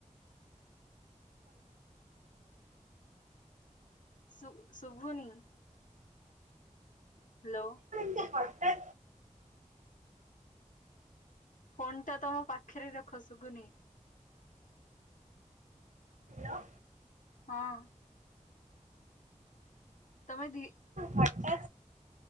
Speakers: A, on the left; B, on the right.
A: ସୁ ଶଭୁନି ହ୍ୟାଲୋ।
B: ଏତେ ହଟାତ୍।
A: ଫୋନ୍ ଟା ତମ ପାଖରେ ରଖସୁଗୁନି।
B: ହ୍ୟାଲୋ।
A: ହଁ। ତମେ ଦି
B: ହଟାତ।